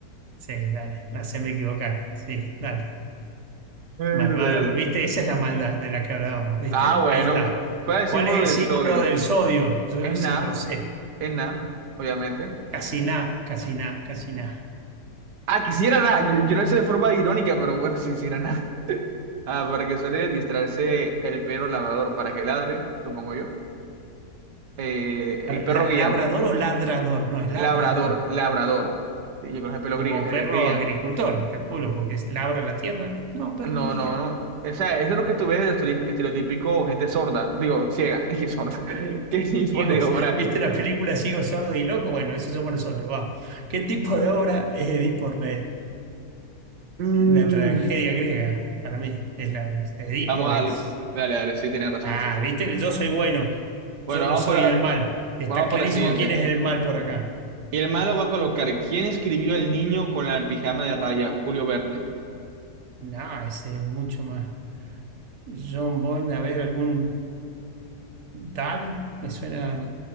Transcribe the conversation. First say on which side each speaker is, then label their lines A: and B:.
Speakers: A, on the right; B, on the right.
A: sí, dale, haceme equivocar, sí, dale.
B: Verde.
A: Malvado, ¿viste? Esa es la maldad de la que hablábamos, ¿viste?
B: Ah, bueno,
A: Ahí está.
B: ¿cuál es el
A: ¿Cuál
B: símbolo
A: es
B: del
A: el símbolo
B: sodio?
A: del sodio? Yo
B: Es
A: lo
B: nada.
A: sé. lo sé.
B: Es nada, obviamente.
A: Casiná, casiná, casiná.
B: Ah, quisiera nada. Yo, yo lo hice de forma irónica, pero bueno, si quisiera nada. <laughs> Ah, para que suele distraerse el perro labrador para que ladre, supongo yo. Eh, el
A: La-
B: perro guía.
A: ¿Labrador o ladrador? No, es
B: Labrador,
A: labrador.
B: labrador. Sí, Yo creo que es el pelo
A: Como
B: gría- eh,
A: perro
B: guía.
A: agricultor, calculo, porque es- labra la tierra. No, perro
B: No,
A: guía.
B: no, no. O sea, eso es lo que tú ves de estere- estereotípico gente sorda. Digo, ciega. <laughs> qué sorda. <laughs> ¿Qué tipo
A: Ciegos.
B: de obra?
A: <laughs> ¿Viste la película Ciego, Sordo y Loco? Bueno, eso somos nosotros. Va. ¿Qué tipo de obra es Edipo Rey?
B: Mm.
A: La tragedia griega, para mí. Es la, este, Edipo
B: Vamos a
A: es.
B: darle. Dale, dale, sí, tienes razón,
A: Ah,
B: sí, sí.
A: viste, yo soy bueno,
B: Bueno,
A: yo
B: vamos
A: no soy
B: para,
A: el mal. Está
B: vamos
A: clarísimo
B: por la siguiente.
A: quién es el mal por acá.
B: Y el malo va a colocar, ¿quién escribió El niño con la pijama de raya? Julio Verne.
A: No, ese es mucho más. John Boyne, a ver, algún Dal, me suena,